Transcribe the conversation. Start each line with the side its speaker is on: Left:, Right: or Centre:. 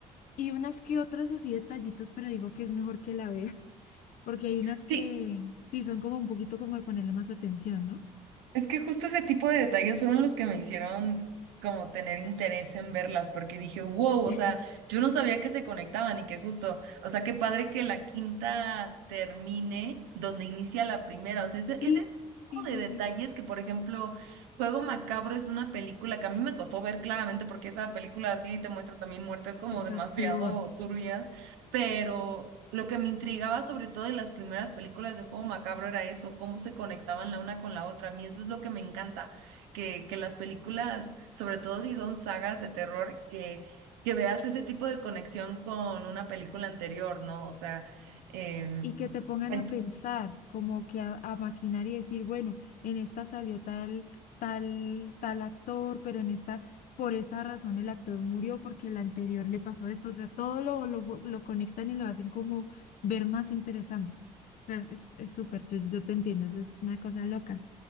Left: y unas que otras así detallitos, pero digo que es mejor que la veas, <laughs> porque hay unas
Right: sí,
Left: que sí son como un poquito como de ponerle más atención, ¿no?
Right: Es que justo ese tipo de detalles fueron los que me hicieron como tener interés en verlas, porque dije, wow,
Left: <laughs>
Right: o sea, yo no sabía que se conectaban y que justo, o sea, qué padre que la quinta termine donde inicia la primera, o sea, ese,
Left: Sí,
Right: ese tipo
Left: sí,
Right: de
Left: sí,
Right: detalles
Left: sí.
Right: que, por ejemplo, Juego Macabro es una película que a mí me costó ver claramente porque esa película así te muestra también muertes como
Left: Esa
Right: demasiado
Left: es peor.
Right: turbias, pero lo que me intrigaba sobre todo en las primeras películas de Juego Macabro era eso, cómo se conectaban la una con la otra. A mí eso es lo que me encanta, que, que las películas, sobre todo si son sagas de terror, que, que veas ese tipo de conexión con una película anterior, ¿no? O sea, em,
Left: Y que te pongan
Right: ent-
Left: a pensar, como que a, a maquinar y decir, bueno, en esta salió tal, tal, tal actor, pero en esta, por esta razón el actor murió porque el anterior le pasó esto. O sea, todo lo, lo, lo conectan y lo hacen como ver más interesante. O sea, es, es súper, yo, yo te entiendo, eso es una cosa loca.